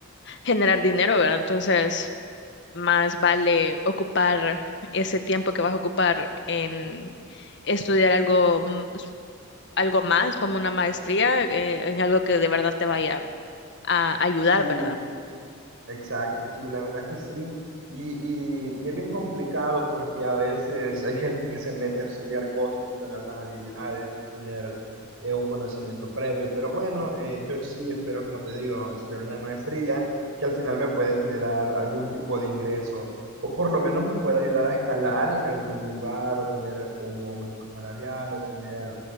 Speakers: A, on the left; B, on the right.
A: generar dinero, ¿verdad? Entonces, más vale ocupar ese tiempo que vas a ocupar en estudiar algo, m- algo más, como una maestría, eh, en algo que de verdad te vaya a ayudar,
B: Sí,
A: ¿verdad?
B: Exacto, sí, la verdad que sí. Y, y, y es bien complicado porque a veces hay gente que se mete a estudiar cosas sin tener las habilidades, sin tener eh, un conocimiento previo. Pero bueno, eh, yo sí espero, como te digo, estudiar una maestría que al final me puede generar algún tipo de ingreso o por lo menos me puede ayudar a escalar en algún lugar o tener un aumento salarial o tener